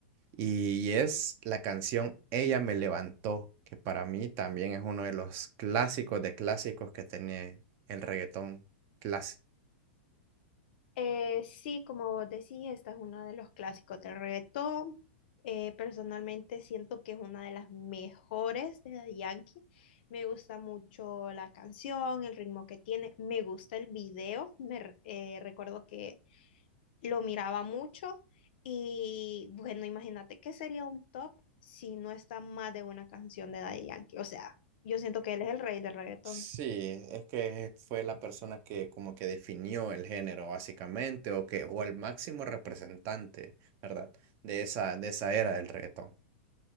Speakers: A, on the right; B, on the left.
A: y es la canción Ella me levantó, que para mí también es uno de los clásicos de clásicos que tiene el reggaetón clásico.
B: Eh, sí, como vos decís, esta es uno de los clásicos del reggaetón. Eh, personalmente siento que es una de las mejores de Daddy Yankee. Me gusta mucho la canción, el ritmo que tiene. Me gusta el video. Me re- eh, recuerdo que lo miraba mucho. Y bueno, imagínate qué sería un top si no está más de una canción de Daddy Yankee. O sea, yo siento que él es el rey del reggaetón.
A: Sí, es que fue la persona que como que definió el género básicamente o que o el máximo representante, ¿verdad? De esa de esa era del reggaetón.